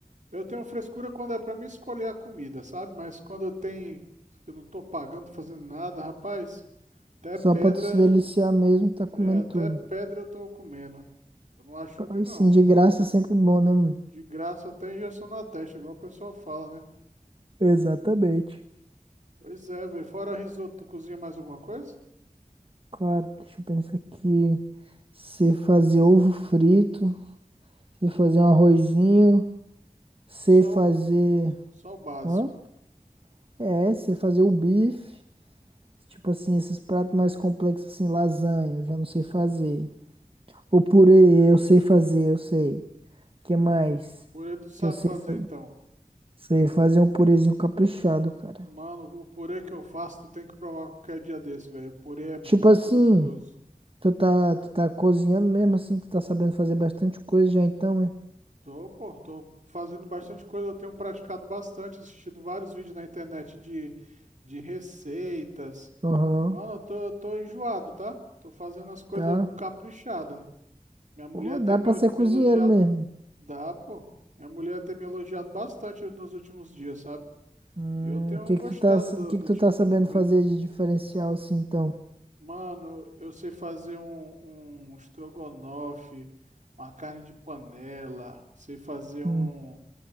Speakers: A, on the right (about 60°); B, on the right (about 40°).
A: eu tenho frescura quando é pra mim escolher a comida, sabe? Mas quando eu tenho, que eu não tô pagando, tô fazendo nada, rapaz, até
B: só
A: pedra,
B: pra tu se deliciar mesmo, tá
A: é,
B: comendo
A: até
B: tudo.
A: pedra eu tô comendo. Eu não acho ruim
B: Aí
A: não.
B: sim, de graça é sempre bom, né, mano?
A: De graça até injeção na testa, igual o pessoal fala, né?
B: Exatamente.
A: Pois é, velho. Fora risoto, tu cozinha mais alguma coisa?
B: Claro, deixa eu pensar aqui. Você fazer ovo frito, você fazer um arrozinho. Sei
A: Só,
B: fazer.
A: o- só o básico.
B: Hã? É, sei fazer o bife. Tipo assim, esses pratos mais complexos, assim, lasanha, eu já não sei fazer. O purê, eu sei fazer, eu sei. Que mais?
A: Purê tu sabe
B: Que eu sei
A: fazer
B: fazer.
A: então.
B: Sei fazer um purezinho caprichado, cara.
A: Mano, o purê que eu faço, tu tem que provar qualquer dia desse, velho. O purê é muito
B: Tipo assim,
A: gostoso.
B: tu tá, tu tá cozinhando mesmo assim, tu tá sabendo fazer bastante coisa já então, né?
A: Tô, pô, tô fazendo bastante coisa, eu tenho praticado bastante, assistido vários vídeos na internet de, de receitas.
B: Aham,
A: Mano, eu tô, eu tô enjoado, tá? Tô fazendo as coisas
B: tá.
A: caprichada. Minha mulher
B: Pô,
A: tem
B: dá
A: me,
B: pra ser
A: me
B: cozinheiro
A: elogiado,
B: mesmo.
A: dá, pô. Minha mulher tem me elogiado bastante nos últimos dias, sabe?
B: Hum,
A: E eu tenho
B: o que
A: gostado
B: que tu tá, o
A: do,
B: que
A: do
B: que tu
A: tipo
B: tá sabendo
A: de comida.
B: fazer de diferencial assim então?
A: Mano, eu sei fazer um, um estrogonofe, uma carne de panela, sei fazer um,
B: Hum.